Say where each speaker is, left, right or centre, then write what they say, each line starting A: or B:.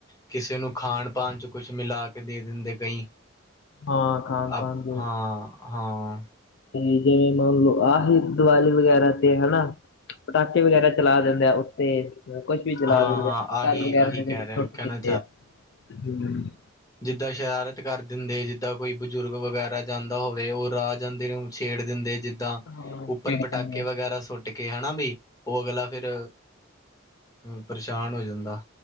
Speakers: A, on the left; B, on the left.
A: ਕਿਸੇ ਨੂੰ ਖਾਣ-ਪਾਣ'ਚ ਕੁਛ ਮਿਲਾਕੇ ਦੇ ਦਿੰਦੇ ਕਈਂ।
B: ਹਾਂ ਖਾਣ
A: ਆਪ,
B: ਪਾਣ ਦੇ
A: ਹਾਂ, ਹਾਂ।
B: ਤੇ ਜਿਵੇਂ ਮੰਨਲੋ, ਆਹੀ ਦੀਵਾਲੀ ਵਗੈਰਾ ਤੇ ਹਨਾ। ਪਟਾਕੇੇ ਵਗੈਰਾ ਚਲਾ ਦੇਂਦਾ, ਉੱਤੇ। ਕੋਸ਼ ਵੀ ਚਲਾ
A: ਹਾਂ
B: ਦਿੰਦੇ
A: ਹਾਂ
B: ਆ <unintelligible>
A: ਆਹੀ
B: ਘਰ ਵਗੈਰਾ
A: ਆਹੀ
B: ਦੇ
A: ਕਹਿ
B: ਵਿੱਚ
A: ਰਿਹਾ
B: ਸੁੱਟ
A: ਕਹਿਣਾ
B: ਦਿੰਦੇ ਆ ਹੂੰ
A: ਜਿੱਦਾ ਸ਼ਰਾਰਤ ਕਰ ਦਿੰਦੇ, ਜਿੱਦਾਂ ਕੋਈ ਬਜੁਰਗ ਵਗੈਰਾ ਜਾਂਦਾ ਹੋਵੇ, ਓ ਰਾਅ ਜਾਂਦੇ ਨੂੰ ਛੇੜ ਦਿੰਦੇ ਜਿੱਦ ਦਾਂ
B: ਹਮ ਹਾਂ ਖੇਡ
A: ਉੱਪਰ ਪਟਾਕੇ
B: ਦਿੰਦੇ ਆ
A: ਵਗੈਰਾ ਸੁੱਟਕੇ ਹਨਾ ਬੀ, ਓ ਅਗਲਾ ਫਿਰ ਹੂੰ, ਪਰਸ਼ਾਨ ਹੋ ਜਾਂਦਾ।